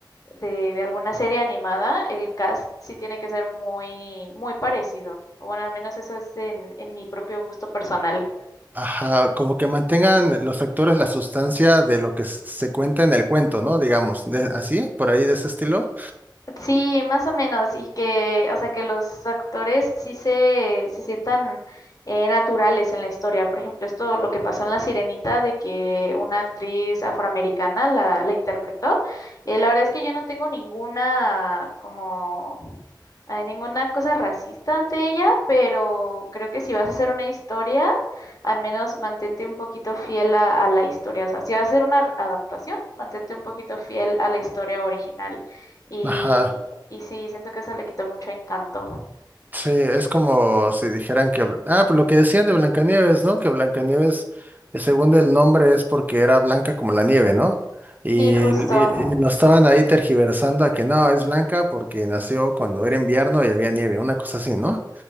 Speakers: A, on the left; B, on the right.
A: de, de alguna serie animada, el cast sí tiene que ser muy, muy parecido. Bueno, al menos eso es en en mi propio gusto personal.
B: Ajá, como que mantengan los actores la sustancia de lo que s- se cuenta en el cuento, ¿no? Digamos, de- así, por ahí de ese estilo.
A: Sí, más o menos, y que, o sea, que los actores sí se, se sientan eh, naturales en la historia. Por ejemplo, esto lo que pasó en La Sirenita, de que una actriz afroamericana la, la interpretó. Eh, la verdad es que yo no tengo ninguna, como, eh, ninguna cosa racista ante ella, pero creo que si vas a hacer una historia, al menos mantente un poquito fiel a, a la historia. O sea, si vas a hacer una adaptación, mantente un poquito fiel a la historia original. Y,
B: Ajá,
A: y sí, siento que eso le quitó mucho encanto.
B: sí, es como si dijeran que, ah, pues lo que decían de Blancanieves, ¿no? Que Blancanieves, eh, según el nombre, es porque era blanca como la nieve, ¿no? Y,
A: Sí, justo.
B: y- y lo estaban ahí tergiversando a que no, es blanca porque nació cuando era invierno y había nieve, una cosa así, ¿no?